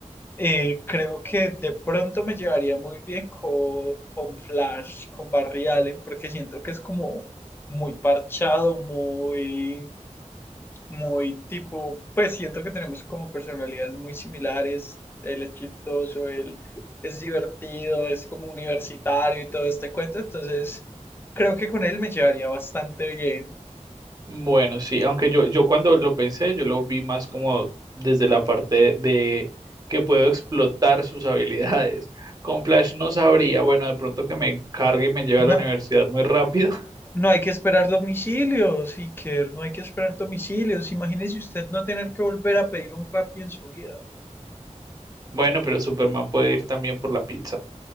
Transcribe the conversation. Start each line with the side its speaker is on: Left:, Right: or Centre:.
Left: eh, creo que de pronto me llevaría muy bien co- con, Flash, con Barry Allen, porque siento que es como muy parchado, muy muy tipo, pues siento que tenemos como personalidades muy similares. Él es chistoso, él es divertido, es como universitario y todo este cuento. Entonces, creo que con él me llevaría bastante bien.
Right: Bueno, sí, aunque yo, yo cuando lo pensé, yo lo vi más como desde la parte de que puedo explotar sus habilidades. Con Flash no sabría, bueno, de pronto que me cargue y me lleve a la
Left: No,
Right: universidad muy rápido. <laughs>
Left: no hay que esperar domicilios, Iker, no hay que esperar domicilios. Imagínese usted no tener que volver a pedir un Rappi en su vida.
Right: Bueno, pero Superman puede ir también por la pizza.